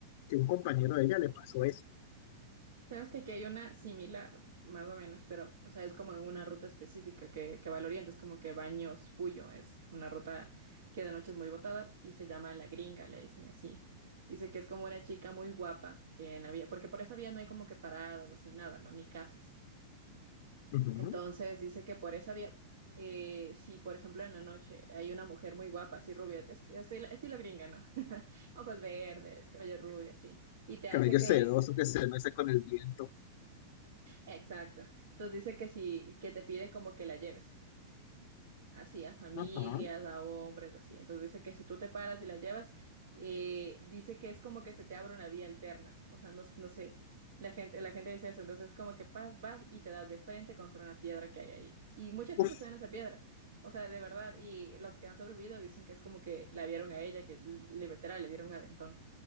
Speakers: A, on the left (about 55°); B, on the right (about 80°).
A: que un compañero de ella le pasó eso.
B: Sabes que aquí hay una similar, más o menos, pero, o sea, es como en una ruta específica que, que va al oriente, es como que Baños Puyo, es una ruta que de noche es muy botada y se llama La Gringa, le dicen así. Dice que es como una chica muy guapa que en la vía, porque por esa vía no hay como que paradas, ni nada, ¿no? Ni casas.
A: Ujú.
B: Entonces dice que por esa vía, eh, si por ejemplo en la noche hay una mujer muy guapa, así rubia, es- estilo, estilo gringa, ¿no? <laughs> Ojos verdes, cabello rubio, así y te
A: Cabello
B: hace que,
A: sedoso que se mece con el viento.
B: Exacto. Entonces dice que si, que te pide como que la lleves, así a familias,
A: Ajá.
B: a hombres, así. Entonces dice que si tú te paras y la llevas, eh, dice que es como que se te abre una vía alterna. O sea, no, no sé, la gente, la gente dice eso. Entonces como que vas, vas y te das de frente contra una piedra que hay ahí. Y mucha gente
A: Uf,
B: se da en esa piedra. O sea, de verdad. Y los que han sobrevivido dicen que es como que la vieron a ella, que li- literal le dieron un aventón.